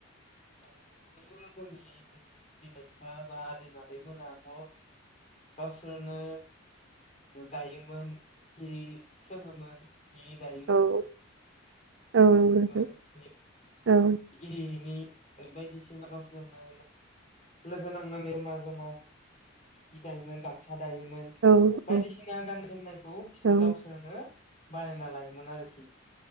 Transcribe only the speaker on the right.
होदो औ नंगौ
नोंथां
औ औ
औ